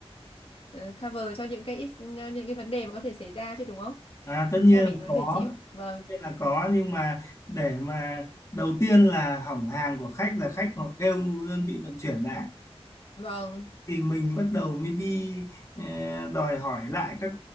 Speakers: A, on the left; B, on the left.
A: ờ, cover cho những cái ít- ờ, những cái vấn đề mà có thể xảy ra chứ đúng không?
B: <laughs> à, tất nhiên
A: Là mình
B: là
A: vẫn
B: có
A: phải chịu. Vâng,
B: tất nhiên là có nhưng mà để mà đầu tiên là hỏng hàng của khách là khách họ kêu đơn vị vận chuyển đã
A: vâng.
B: thì mình bắt đầu mới đi ờ, đòi hỏi lại các